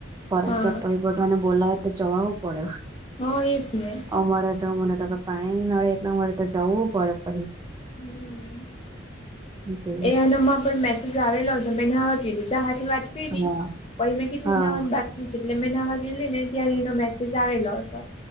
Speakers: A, on the right; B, on the left.
A: ફરજિયાત
B: હા
A: પઈ તો એને બોલાવે તો જવાવું પડે.
B: હું એસ ને
A: અમારે તો મને તો કે પાણી નળે એટલે અમારે તો જવું પડે પહી.
B: હમ
A: તે
B: એનામાં પણ મે આવેલો તો મેં ન હતી લીતા સાથે વાત કરી
A: હા
B: પછ મેં કેટલી
A: હા
B: ના બાકી. એટલે મહિનાવા ગેલી ને ત્યારે એનો મેસેજ આવેલો હતો.